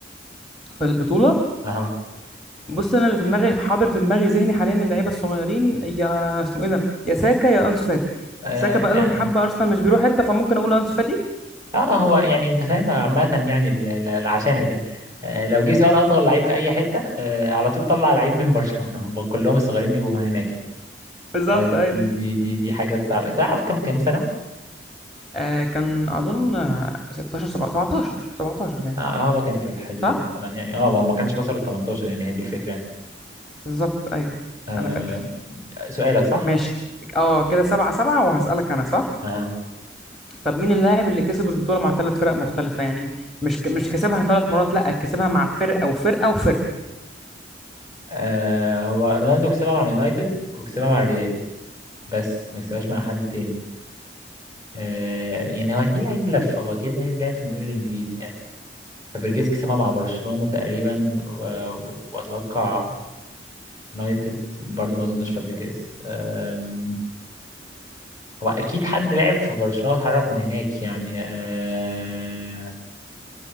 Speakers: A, in the centre; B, on the right.
A: في البطولة
B: اها
A: بص انا اللي في دماغي في حاضر في دماغي ذهني حاليا اللعيبه الصغيرين يا اسمه ايه ده يا ساكا يا انسو فاتي
B: آه
A: ساكا بقى
B: يعني
A: لهم حبه ارسنال مش بيروح حته فممكن اقول انسو فاتي
B: اه هو يعني انت فاهم عامة يعني ال- ال- عشانك يعني آه، لو جه سؤال اصغر لعيب في اي حتة آه، على طول طلع لعيب من <laughs> برشلونة هم كلهم الصغيرين بيبقوا من هناك يعني
A: بالظبط
B: فدي
A: ايوه
B: دي دي دي حاجة تساعدك تعرف كم كم سنة؟
A: آه كان اظن آه، 16 سبعة- 17 17 كان
B: آه هو كان في الحدود
A: صح
B: دي فعلا يعني اه هو ما كانش كسر ال 18 يعني هي دي الفكرة يعني
A: بالظبط ايوه
B: آه
A: انا فاكر
B: سؤالك صح؟
A: ماشي اه كده سبعة سبعة وهسألك انا صح
B: اه
A: طب مين اللاعب اللي كسب البطولة مع ثلاث فرق مختلفة يعني مش ك... مش كسبها ثلاث مرات لا كسبها مع فرقة وفرقة وفرقة
B: آه، هو رونالدو كسبها مع اليونايتد وكسبها مع الريال بس ما كسبهاش مع حد تاني آه يعني هو هتلاقيه لعيب لف هو اكيد لعيب لعب في الدوري الانجليزي يعني فابريجيز كسبها مع برشلونة تقريبا و... واتوقع يونايتد برضو ما اظنش فابريجيز أم... هو اكيد حد لعب في برشلونة واتحرك من هناك يعني أه،